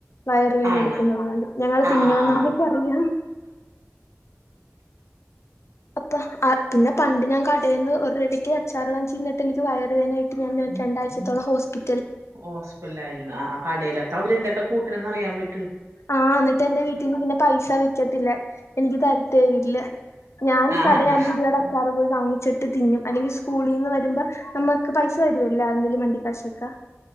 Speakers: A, on the left; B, on the right.
A: വയറ് വേന
B: ആണ
A: എടുക്കുന്ന് പറഞ്ഞുകൊണ്ട് ഞങ്ങള്
B: ആഹ്
A: തിന്നുന്ന്‌
B: ആഹ് ആഹ്
A: അമ്മക്ക് അറിയാം. അപ്പൊ ആ പിന്നെ പണ്ട് ഞാൻ കടെന്ന് ഒറുടെക്ക് അച്ചാർ വാങ്ങിച്ചു തിന്നിട്ട് എനിക്ക് വയർ വേദനയായിട്ട് ഞാൻ രണ്ടാഴ്ചത്തോളം ഹോസ്പി
B: ഹോസ്പിറ്റലാരുന്നോ ആ കടെലക്കേ അവര് എന്തൊക്കെ കൂ ട്ടണെന്ന് അറിയാൻ പ
A: ആ ന്നട്ട് എന്റെ വീട്ടിന്നു പിന്നെ പൈസ വെ ക്കത്തില്ല എനിക്ക് താരതേം ഇല്ല ഞാൻ
B: ആഹ്
A: കടെ
B: ആണ
A: അഞ്ച് രൂപടെ അച്ചാർ പോയി വാങ്ങിച്ചട്ട് തിന്നും അല്ലങ്കി സ്കൂളിന്ന്‌ വരുമ്പോ നമ്മ ഇൻക്ക് പൈസതരുവല്ലോ എന്തെങ്കിലും വണ്ടി കാശൊക്കെ